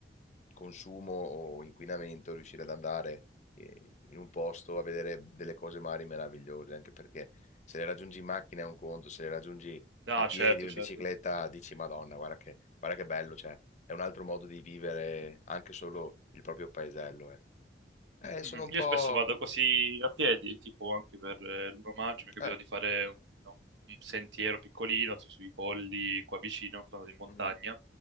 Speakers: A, on the left; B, on the right.
A: consumo o inquinamento, riuscire ad andare eh, in un posto a vedere delle cose magari meravigliose, anche perché se le raggiungi in macchina è un conto, se le raggiungi
B: no,
A: a piedi
B: certo,
A: o in
B: certo.
A: bicicletta dici Madonna, guarda che, guarda che bello, cioè è un altro modo di vivere anche solo il proprio paesello, ecco. Eh,
B: Mhm.
A: sono un
B: Io
A: po'...
B: spesso vado così a piedi, tipo anche per eh, l'1 maggio mi è capitato
A: eh,
B: di fare un, un sentiero piccolino su- sui colli qua vicino, sono andato in montagna.
A: mhm.